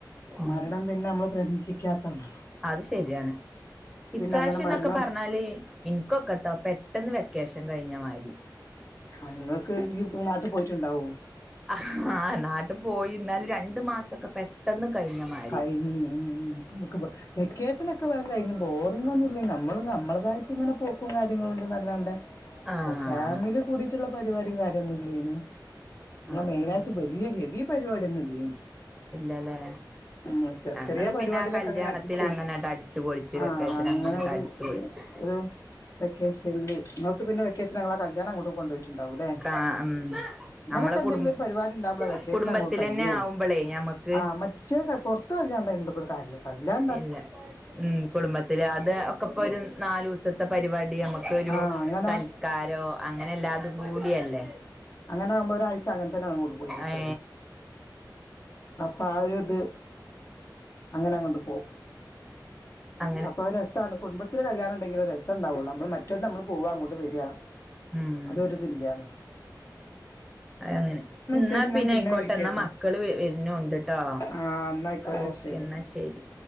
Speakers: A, in the centre; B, on the left (about 40°).
A: ഉം
B: മരണം പിന്നെ നമ്മൾ പ്രതീക്ഷ ക്ഷിക്കത്താണ്
A: അത് ശരിയാണ് ഇപ്രാവശ്യം
B: അങ്ങനെ മരണം
A: ഇന്നൊക്കെ പറഞ്ഞാല് എനിക്കൊക്കെട്ടോ പെട്ടെന്ന് വെ ക്കേഷൻ കഴിഞ്ഞ മാതിരി
B: ആ ഇങ്ങക്ക് ഇയ്യ് നാട്ടിൽ പോയിട്ടുണ്ടാവോ
A: ആഹ് നാട്ട് പോയി ഇന്നാലും രണ്ടു മാസം ഒക്കെ പെട്ടെന്ന് കഴിഞ്ഞ മാതിരി
B: <unintelligible> വെക്കേഷൻ ഒക്കെ ഒക്കെ കഴിഞ്ഞ് ബോറിങ്ങും ഒന്നുമില്ലേ നമ്മൾ നമ്മളതായിട്ട് ഇങ്ങനെ പോക്കും കാര്യങ്ങളും ഇണ്ട് അല്ലാണ്ടെ
A: ആഹ്
B: അപ്പ ഫാമിലി കൂടിട്ടുള്ള പരിപാടിയും കാര്യം ഒന്നും ഇല്ലേയ്നു നമ്മളെ
A: ആ
B: മെയിനായിട്ട്
A: ആ
B: വലിയ ചെറിയ പരിപാടിയൊന്നും ഇല്ലേ
A: ഇല്ലല്ലേ
B: ഉം ചെറിയ
A: ഞങ്ങള്
B: ചെറിയ പരിപാടിയിലൊക്കെ
A: പിന്നെ ആ കല്യാണത്തിൽ
B: അങ്ങനെ അഡ്ജസ്റ്റ് ചെയ്ത്
A: അങ്ങനെട്ട് അടിച്ചു പൊളിച്ച്
B: ആഹ്
A: വെക്കേഷൻ
B: അങ്ങനൊരു
A: അങ്ങനെട്ട് അടിച്ചു പൊളിച്ചു
B: ആഹ് വെക്കേഷൻ അല്ലേ പിന്നെ വെക്കേഷൻ അങ്ങളെ കല്യാണം അങ്ങോട്ട് കൊണ്ട് പോയിട്ടുണ്ടാവൂല്ലേ
A: കാ ഉം
B: അങ്ങനൊക്കെ
A: നമ്മളെ
B: എന്തെങ്കിലും
A: കുടും
B: ഒരു പരിപാടി ഉണ്ടാവുമ്പോളോ വെക്കേഷൻ
A: കുടുംബത്തിലന്നെ
B: അങ്ങക്ക് കയ്യോള്ളൂ
A: ആവുമ്പോളേ ഞമ്മക്ക്
B: ആഹ് മ പുറത്തു വിടാണ്ട ഒരു കാര്യം അല്ലാ
A: ഇല്ല ഉം കുടുംബത്തില് അത് ഒക്കെ ഇപ്പോ
B: ഉം
A: ഒരു നാലുസത്തെ പരിപാടി നമുക്ക് ക്കൊരു
B: ആഹ് അങ്ങനെ
A: സൽക്കാരോ അങ്ങനെ എല്ലാതും കൂടിയല്ലേ
B: അങ്ങനെ ആകുമ്പോ ഒരാഴ്ച അങ്ങനെ തന്നെയാണ് കൂടെ പോയി കിട്ടുന്നത്
A: ഏ
B: അപ്പൊ ആ ഒരു ഇത് അങ്ങനെങ്ങണ്ട് പോം
A: ആ
B: അപ്പൊ രസാണ് കുടുംബത്തിന് കല്യാണണ്ടെങ്കില് രസം ഉണ്ടാവുള്ളൂ നമ്മള് മറ്റൊരുത്ത് നമ്മൾ പോവാ അങ്ങോട്ട് വരിക
A: ഉം
B: അതൊരിതില്ലാ
A: അ അങ്ങനെ എന്നാ
B: ശരി
A: പിന്നെ
B: ഞാൻ
A: ആയിക്കോട്ടെ
B: വിളിക്കേട്ടാ
A: എന്നാ മക്കള് വരുന്ന് ഉണ്ട്ട്ടോ
B: ആഹ് എന്നായിക്കോട്ടെ
A: ഓഹ്
B: ശരി
A: എന്നാ ശരി